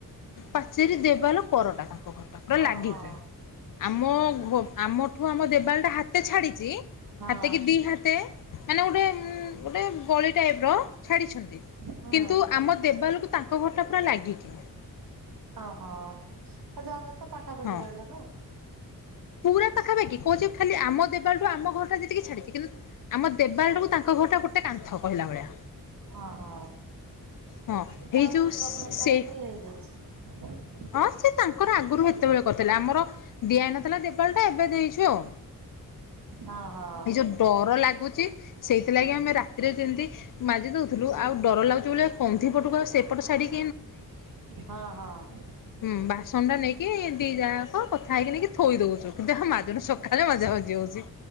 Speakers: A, on the left; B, on the right.
A: ପାଚେରୀ ଦେବାଲ କରଟା। ତାଙ୍କ ଘର ଟା ପୁରା ଲାଗିକି।
B: ଓହୋ
A: ଆମ ଆମଠୁ ଆମ ଦେବାଲଟା ହାତେ ଛାଡିଛି
B: ହଁ
A: ହାତ କି ଦି ହାତ ମତେ ମାନେ ଗୋଟେ ଗୋଟେ ଗଳି ଟାଇପ ର ଛାଡିଛନ୍ତି।
B: ହୁଁ
A: କିନ୍ତୁ ଆମ ଦେବାଲକୁ ତାଙ୍କ ଘରଟା ପୁରା ଲାଗିକି।
B: ଓହୋ ଯାହାବି ହେଲେ ତ ପାଖାପାଖି
A: ହଁ।
B: ରହିଲେ ନା।
A: ପୁରା ପାଖାପାଖି କହୁଛି ଖାଲି ଆମ ଦେବାଲଠୁ ଆମ ଘରଟା ଯେତିକି ଛାଡିକି କିନ୍ତୁ ଆମ ଦେବାଲ ଟାକୁ ତାଙ୍କ ଘର ଟା ଗୋଟେ କାନ୍ଥ କହିଲା ଭଳିଆ।
B: ଓହୋ
A: ହଁ
B: ଫ୍ୟାମିଲି
A: ହେଇ ଯୋଉ
B: ପ୍ରୋବ୍ଲେମ
A: ସେ
B: ପାଇଁ ବି ହେଇଯାଇଛି।
A: ହଁ ସେ ତାଙ୍କର ଆଗରୁ ସେତେବେଳେ କରିଥିଲେ ଆମର ଦିଆହେଇନଥିଲା ଦେବାଲ ଟା ଏବେ ଦେଇଛୁ ଆଉ।
B: ହଁ ହଁ
A: ଏଇ ଯୋଉ ଡର ଲାଗୁଛି ସେଇଥିଲାଗି ଆମେ ରାତିରେ ଯେମିତି ମାଜି ଦେଉଥିଲୁ ଆଉ ଡର ଲାଗୁଛି ଭଳିଆ କନ୍ଧିପଟକୁ ଆ ସେପଟ ସାଇ ଟିକି
B: ହଁ ହଁ।
A: ହୁଁ ବାସନ ଟା ନେଇକି ଦି ଯା ଯାକ ଖାଇକି ନେଇକିି ଥୋଇ ଦଉଛୁ କିନ୍ତୁ ଆଉ ମାଜୁନୁ ସକାଳେ ମଜା ମଜି ହୋଉଛି।